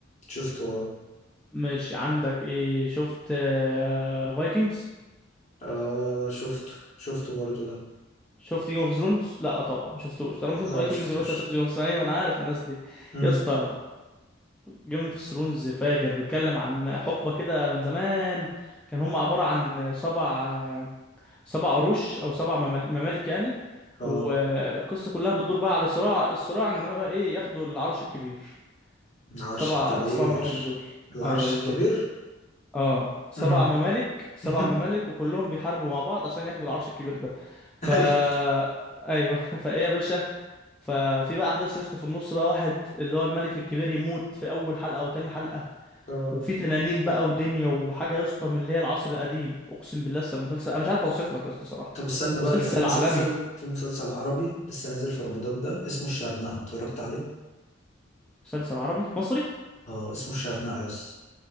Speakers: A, on the left; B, in the centre.
A: شفته اه
B: مش عندك ايه شفت آه، فايكنجز
A: آه، شفته شفته برضه ده
B: شفت جيم اوف ثرونز لا طبعا ما شفتوش طالما شفت
A: لا
B: فايكنجز
A: ما شفتوش
B: يبقى انت شفت جيم اوف ثرونز ايوه انا عارف الناس دي
A: امم
B: يا اسطى جيم اوف ثرونز فاجر بيتكلم عن حقبه كده من زمان كان هم عباره عن سبع سبع عروش او سبع ممال- ممالك يعني
A: اه
B: والقصه كلها بتدور بقى على صراع الصراع ان هو ايه ياخدوا العرش الكبير
A: العرش
B: سبع
A: الكبير
B: سبع ممالك دول
A: العرش
B: ايوه بالظبط
A: الكبير
B: اه سبع
A: امم
B: ممالك سبع
A: <laughs>
B: ممالك وكلهم بيحاربوا مع بعض عشان ياخدوا العرش الكبير ده فا
A: ايوه
B: ايوه <laughs> فايه يا باشا ففي بقى احداث يا اسطى في النص بقى واحد اللي هو الملك الكبير يموت في اول حلقه او تاني حلقه
A: اه
B: وفي تنانين بقى ودنيا وحاجه يا اسطى من اللي هي العصر القديم اقسم بالله لسه المسلسل انا مش عارف اوصف لك يا اسطى صراحه
A: طب استنى بقى
B: مسلسل
A: انت في مسلسل
B: عالمي
A: في مسلسل عربي لسه نازل في رمضان ده اسمه الشرنقة اتفرجت عليه
B: مسلسل عربي مصري
A: اه اسمه الشرنقة يس